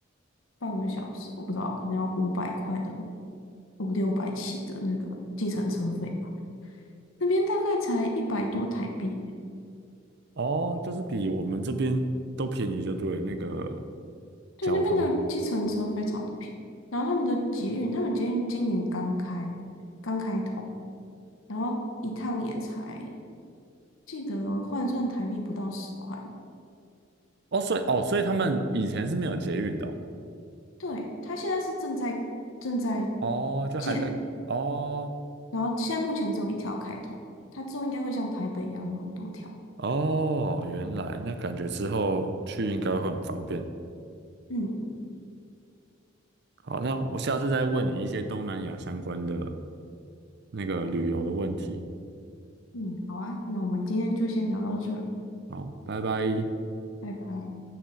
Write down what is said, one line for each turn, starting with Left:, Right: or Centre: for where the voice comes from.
Left: 半个小时，我不知道，可能要五百块的五六百起的那个计程车费吧，那边大概才一百多台币。
Right: 哦，就是比我们这边都便宜，就对了那个
Left: 对，
Right: 交通。
Left: 那边的计程车非常的便宜，然后他们的捷运，他们捷运今年刚开，刚开通，然后一趟也才记得换算台币不到十块吧。
Right: 哦，所以哦，所以他们以前是没有捷运的哦，
Left: 对，它现在是正在正在
Right: 哦，就还在哦
Left: 建，然后现在目前只有一条开通，它之后应该会像台北一样有很多条。
Right: 哦，原来那感觉之后去应该会很方便。
Left: 嗯嗯
Right: 好，那我下次再问你一些东南亚相关的那个旅游的问题。
Left: 嗯，好啊，那我们今天就先聊到这儿
Right: 好，拜拜。
Left: 拜拜。